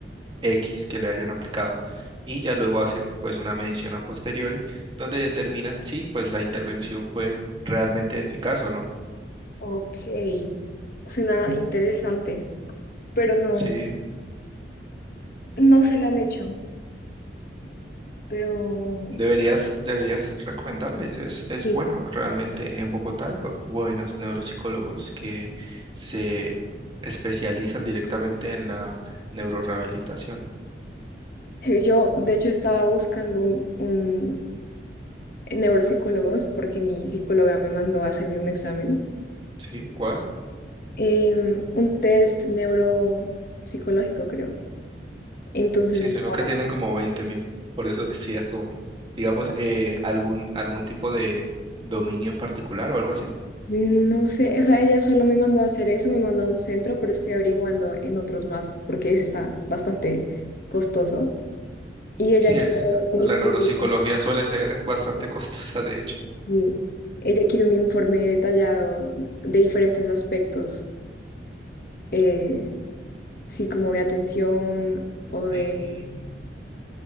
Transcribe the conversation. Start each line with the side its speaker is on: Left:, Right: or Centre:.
Right: X que le hayan aplicado. Y ya luego hacen pues una medición a posteriori donde determinan si pues la intervención fue realmente eficaz o no.
Left: Ok, suena interesante, pero no,
Right: Sí,
Left: no se la han hecho, pero
Right: Deberías, deberías recomendarles, es, es
Left: sí.
Right: bueno, realmente en Bogotá hay bu- buenos neuropsicólogos que se especializan directamente en la neurorehabilitación,
Left: Sí, Yo, de hecho, estaba buscando un, un neuropsicólogo porque mi psicóloga me mandó a hacerme un examen,
Right: ¿sí? ¿Cuál?
Left: em, un test neuropsicológico, creo. Entonces
Right: Sí,
Left: estaba,
Right: sino que tienen como veinte mil, por eso decía como, digamos, eh, algún, algún tipo de dominio en particular o algo así.
Left: mm, no sé, o sea, ella solo me mandó a hacer eso, me mandó a un centro, pero estoy averiguando en otros más porque ese está bastante costoso. Y ella
Right: Sí,
Left: quiere
Right: es,
Left: un
Right: la
Left: informe,
Right: neuropsicología suele ser bastante costosa, de hecho.
Left: sí, ella quiere un informe detallado de diferentes aspectos, eh, sí, como de atención o de,
Right: Mm,